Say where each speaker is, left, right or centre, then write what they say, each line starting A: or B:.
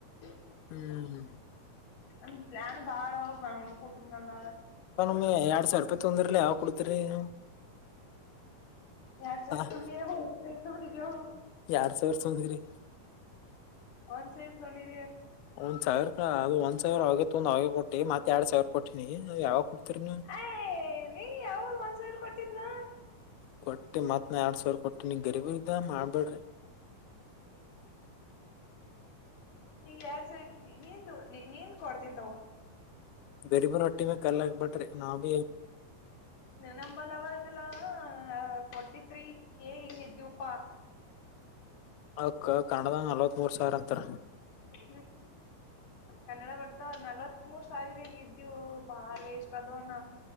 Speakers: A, on the left; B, on the left.
A: ಹ
B: ಹ್ಮ್
A: ಅಂದ ಪ್ಲಾನ ಬಾಳಾವ ಬಾ ಕೂಡ ನಲ್ಲ
B: ಹೊಮ್ಮ್ ಎರಡ್ ಸಾವಿರ ರೂಪಾಯಿ ತೊಂದರ್ಲಲ್ಲ ಯಾವ್ ಕೊಡ್ತಿರಿ ನೀವು
A: ಯಾತ್ರಿ
B: ಹ
A: ಎತೇರ್ತಡಿಕೋಗು
B: ಎರಡ್ ಸಾವಿರ ತೊಂದ್ರಿ
A: ತಿ
B: ಒಂದ್ ಸಾವಿರ ಅದು ಒಂದ್ ಸಿರ ಆ ಅವಗ ಒಂದ ಅವ ಕೊಟ್ಟ ಮತ್ತೆ ಎರಡ್ ಸಾವಿರ ಕೊಟ್ಟಿನ ನ ಯಾವಾಗ ಕೊಡ್ತರಿ ನೀ
A: ಅಯ್ ನೀ ಯಾವಾಗ ಒಂದ್ ಸಾವಿರ ಕೊಟ್ಟಿದ್ನಾ
B: ಕೊಟ್ಟಿ ಮತ್ನ ಎರಡ್ ಸಾವಿರ ಕೊಟ್ಟಿ ನೀ ಗರಿಬು ಇದ ಮಾಡ್ಬೇಡ್ರಿ
A: ನೀಗ ಯಾರ್ ಸ ನೀಂದು ನೀಂದ ಕೊಡ್ತಂತಾವ
B: ಗರಿಬ ರೋಟಿ ಮ ಕಲ್ಲ ಬಟ ನಾ ಭ
A: ನಂಬ ಲವಕಲ್ಲ ಫೋಾರ್ಟಿ ತ್ರತ್ರೀ ಕೆ ಇ ದಪಾ
B: ಅಕ್ಕ ಕನ್ನಡದ ನಲ್ವತ್ ಮೂರ್ ಸಾವಿರ ಅಂತರ
A: ಹ್ಮ್ ಕನ್ನಡ ಬರ್ತಾವ ನಲ್ವತ್ ಮೂರ್ ಸಾವಿರಿ ಇದೆವು ಬಾಳ ವೇಸ್ಟ್ ಅದಣ್ಣ